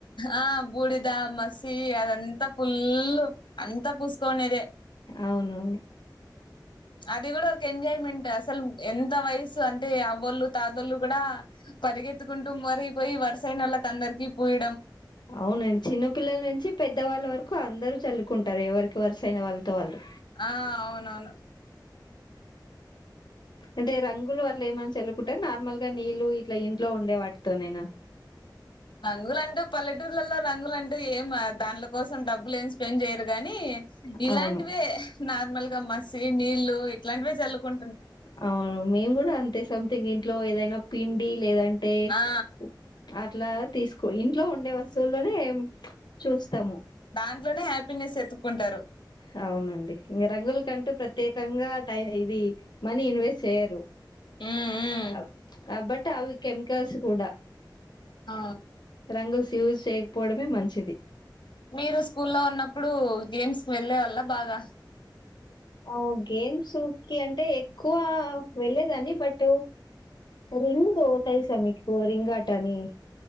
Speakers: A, on the left; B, on the left.
A: ఆ బూడిద మస్సి అదంత ఫుల్లు అంతా పూస్కోనేదే
B: అవునవును
A: అది గుడా ఒక ఎంజాయ్ మెంట్ అసలు ఎంత వయసు అంటే అవ్వొళ్ళు తాతోళ్ళు గుడా పరిగె పరిగెత్తుకుంటూ మరి బొయ్ వరసయ్ నోళ్ళకు అందరికి పుయ్
B: అవునండి చిన్న పిల్లల నుంచి పెద్దవాళ్ళ వరకు అందరూ చల్లుకుంటారు ఎవరికి వరుసయిన వాళ్ళ్ తో వాళ్ళు
A: ఆ అవునవును
B: అంటే రంగులు అట్లా ఏమైన్నా చల్లుకుంటే నార్మల్ గా నీళ్లు ఇట్లా ఇంట్లో ఉండే వాటితోనేనా
A: రంగుల అంటూ పల్లెటూర్లలో రంగుల అంటూ ఏం దాండ్ల కోసం డబ్బులు ఏమి స్పెండ్ జేయిర్ గాని ఇలాంటివే
B: అవును
A: నార్మల్ గా మస్సీ నీళ్లు ఇట్లాంటివే జల్లుకుం
B: అవును మేము గూడా అంతే సంథింగ్ ఇంట్లో ఏదైనా పిండి లేదం టే
A: ఆ
B: ఉ అట్లా తీసుకో ఇంట్లో ఉండే వస్తువుల్లోనే చూస్తము
A: దాంట్లోనే హ్యాపీనెస్ ఎతుక్కుంటారు
B: హవునండి ఇంగ రంగుల కంటూ ప్రత్యేకంగా టై ఇది మనీ ఇన్వెస్ట్ చేయరు
A: మ్మ్ మ్మ్
B: అబ్ అబ్బట్ అవి కెమికల్స్ కూడా
A: ఆ
B: రంగల్స్ యూజ్ సేయకపోవడమే మంచిది
A: మీరు స్కూల్లో ఉన్నప్పుడు గేమ్స్ కి వెళ్లెవాళ్ల బాగ
B: అవ్ గేమ్సు కి అంటే ఎక్కువ వెళ్లేదాన్ని బటు రింగు తెలుసా మీకు రింగాటనీ